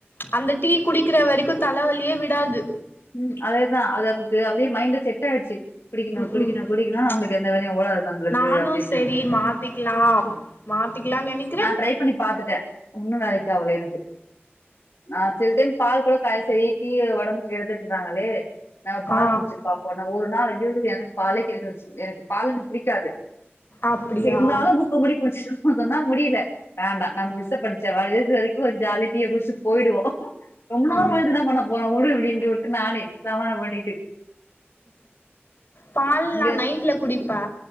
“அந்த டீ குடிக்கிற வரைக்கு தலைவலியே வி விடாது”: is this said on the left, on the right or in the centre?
Left